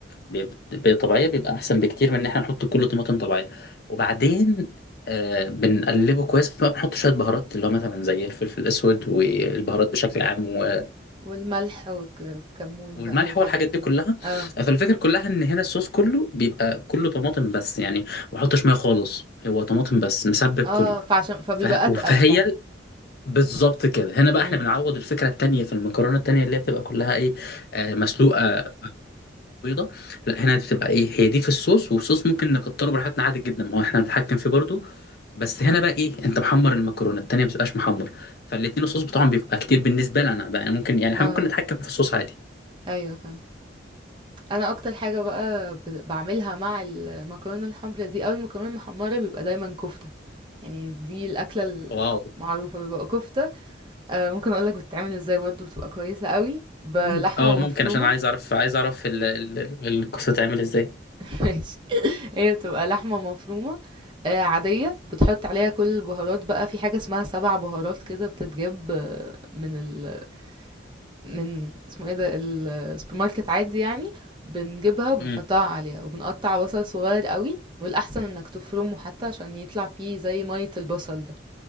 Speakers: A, on the left; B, on the right.
A: بيب- بيبقى طبيعية بيبقى أحسن بكتير من إن إحنا نحط كله طماطم طبيعية وبعدين آه بنقلبه كويس بقى بنحط شوية بهارات اللي هو مثلا زي الفلفل الأسود والبهارات بشكل عام و-
B: والملح والك- والكمون
A: والملح
B: بقى والحاجات
A: والحاجات
B: دي
A: دي كلها
B: اه
A: فالفكرة كلها إن هنا الصوص كله بيبقى كله طماطم بس يعني ما بحطش مية خالص هو طماطم بس مسبك
B: اه
A: كله
B: فعشان فبيبقى
A: فه-
B: اتقل
A: فهي
B: فعلا
A: ال- بالظبط كده هنا بقى
B: امم
A: احنا بنعوض الفكره التانيه في المكرونه التانيه اللي هي بتبقى كلها ايه آه مسلوقه بيضه لا هنا بتبقى ايه هي دي في الصوص والصوص ممكن نكتره براحتنا عادي جدا ما هو احنا بنتحكم فيه برضو بس هنا بقى ايه انت محمر المكرونه التانيه ما بتبقاش محمر فالاتنين الصوص بتاعهم بيبقى كتير بالنسبه لنا بقى يعني ممكن يعني احنا
B: اه
A: ممكن نتحكم في الصوص عادي
B: ايوه فعلا انا اكتر حاجة بقى ب- بعملها مع المكرونة الحمرا دي او المكرونة المحمرة بيبقى دايما كفتة يعني دي الاكلة
A: واو <clears throat>
B: المعروفة بيبقى كفتة آه ممكن اقولك بتتعمل ازاي برضو بتبقى كويسة قوي بلحمة
A: مم. اه
B: مفرومة
A: ممكن عشان عايز اعرف عايز اعرف ال- ال- ال- الكوسه تتعمل ازاي
B: <laughs> ماشي هي بتبقى لحمة مفرومة آه، عادية بتحط عليها كل البهارات بقى في حاجة اسمها سبع بهارات كده بتتجاب آه، من ال من اسمه ايه ده السوبر ماركت عادي يعني بنجيبها وبنحطها
A: امم
B: عليها وبنقطع بصل صغير قوي والأحسن انك تفرمه حتى عشان يطلع فيه زي مية البصل ده